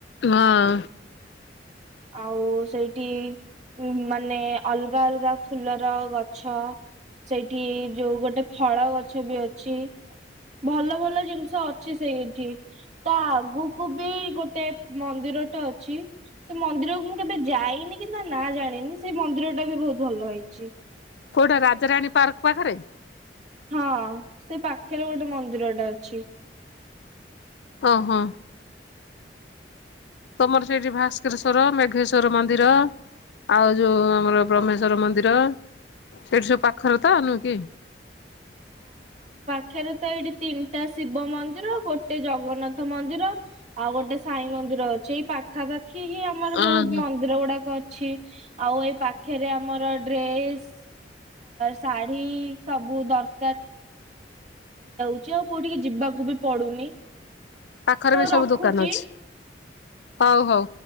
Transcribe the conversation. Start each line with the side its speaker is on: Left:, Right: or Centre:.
Left: ହଁ।
Right: ଆଉ। ସେଇଠି ଉମ୍ ମା ନେ ଅଲଗା ଅଲଗା ଫୁଲର ଗଛ ସେଇଠି ଯୋଉ ଗୋଟେ ଫଳ ଗଛ ବି ଅଛି ଭଲ ଭଲ। ଜିନିଷ ଅଛି ସେଇଠି ତା ଆଗକୁ କୁବି ଗୋଟେ ମନ୍ଦିର ଟା ଅଛି। ସେ ମନ୍ଦିରକୁ ମୁଁ କେବେ ଯାଇନି କି ନା ନା ଜାଣିନି ସେଇ ମନ୍ଦିର ଟା ବି ବହୁତ ଭଲ ହେଇଛି।
Left: କୋଉଟା ରାଜାରାଣୀ ପାର୍କ ପାଖରେ
Right: ହଁ ସେଇ ପା ପାଖରେ ଗୋଟେ ମିରା ଅ ପକ୍ଷୀ
Left: ଓ ହଁ ତମର ସେଠି ଭାସ୍କରେଶ୍ଵର ମେଘେଶ୍ଵର ମନ୍ଦିର ଆଉ ଯୋଉ ଆମର ବ୍ରହ୍ମେଶ୍ଵର ମନ୍ଦିର ସେଇଠି ସବୁ ପାଖରେ ତ ନୁହେଁ କି?
Right: ଆକ୍ଷରେ ତ ଏଇଠି ତିନି ଗଟା ଶିବ ମନ୍ଦିର ଆଉ ଗୋଟେ ଜ ଜଗନ୍ନାଥ ମନ୍ଦିର ଆଉ ଗୋଟେ ସାଇ ମନ୍ଦିର ଅଛି ଏଇ ପା ପାଖାପାଖି ହିଁ ଆମର
Left: ଓହୋ
Right: ବହୁତ ମନ୍ଦିର ଗୁଡାକ ଅଛି ଆଉ ଏଇ ପାଖରେ ଆର ଡ୍ରେସ୍ ଶାଢୀ ସବୁ ଦର ଯଉ କୋଉ ଟିକେ ଯିବାକୁ ବି ପଡୁନି
Left: ପାଖରେ
Right: ହଉ
Left: ବି ସବୁ
Right: ରଖୁଚି।
Left: ଦୋକାନ ଅଛି ହଉ ହଉ।